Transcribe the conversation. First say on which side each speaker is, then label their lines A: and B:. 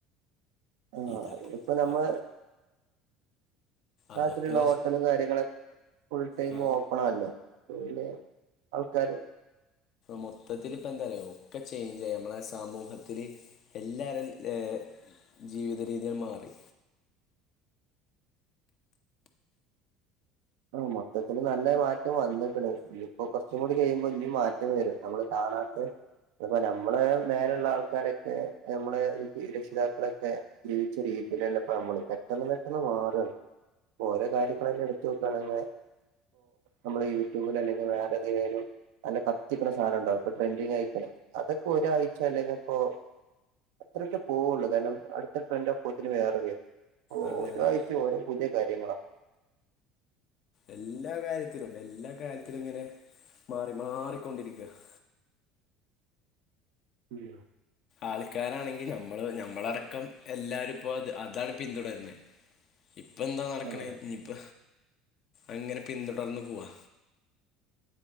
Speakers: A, on the right; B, on the left.
A: ആ
B: ഇതൊക്കെ
A: ഇത്പ്പൊ നമ്മൾ.
B: അ-
A: നാട്ടിലുള്ള
B: അതൊക്കെ
A: ഹോട്ടലും കാര്യങ്ങളളും ഫുൾ ടൈം
B: ആ
A: ഓപ്പണല്ലേഅത് പിന്നെ. ആൾക്കാര്.
B: മൊത്തത്തിൽ ഇപ്പ എന്താ അറിയോ ഒക്കെ ചേയ്ഞ്ചായി നമ്മളെ സമൂഹത്തില്. എല്ലാരും ഏ ജീവിത രീതിയങ്ങ് മാറി.
A: ആ മൊത്തത്തിൽ നല്ല മാറ്റം വന്നു കുണ് ഇനിയിപ്പോ കൊറച്ചും കൂടി കഴിയുമ്പോ ഇനി മാറ്റം വരും നമ്മള്.. ആണട്ട അപ്പൊ നമ്മള് മേലുള്ള ആൾക്കാരൊക്കെ നമ്മള് ഒരു രക്ഷിതാക്കളൊക്കെ. ജീവിച്ച രീതിയിലല്ല ഇപ്പ നമ്മള് പെട്ടെന്ന് പെട്ടെന്ന് മാറാണ് ഓരോ കാര്യങ്ങളെന്നെണ്. ഇപ്പ തന്നെ നമ്മള് യൂട്യൂബിൽ അല്ലെങ്കിൽ വേറെ ഏതെങ്കിലും. നല്ല കത്തിക്കണ സാധനം ഉണ്ടാവും ഇപ്പൊ ട്രെൻഡിങ്ങ് ആയിക്കണം അതൊക്കെ ഒരാഴ്ച അല്ലെങ്കിൽ ഇപ്പോ.. അത്രയൊക്കെ പോവുള്ളൂ കാരണം അടുത്ത ട്രെൻഡ് അപ്പോത്തിന് വേറെ വരും. ഓ
B: അതെ
A: ഒരാഴ്ച
B: അതെ
A: ഓരോ പുതിയ കാര്യങ്ങളാണ്.
B: എല്ലാ കാര്യത്തിലും എല്ലാ കാര്യത്തിലും ഇങ്ങനെ മാറി മാറിക്കൊണ്ടിരിക്കുകയാണ്.
A: <unintelligible>
B: ആൾക്കാരാണെങ്കി നമ്മള് ഞമ്മളടക്കം എല്ലാരും ഇപ്പോ അത് അതാണ് പിന്തുടരുന്നത്. ഇപ്പ എന്താ നടക്കണ
A: ആഹ്
B: ഇനിയിപ്പ അങ്ങനെ പിന്തുടർന്ന് പോവാ.